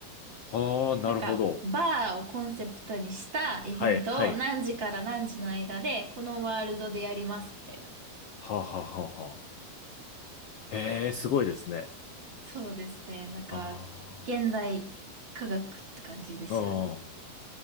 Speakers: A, on the left; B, on the right.
A: はあ、なるほど。
B: なんか、バーをコンセプトにしたイベントを何時から何時の間で、
A: はい、はい。
B: このワールドでやります、みたいな。
A: はあ、はあ、はあ、はあ。へえ、すごいですね。
B: そうですね。なんか、
A: あ
B: 現代科学って感じですよね。
A: あ、うん。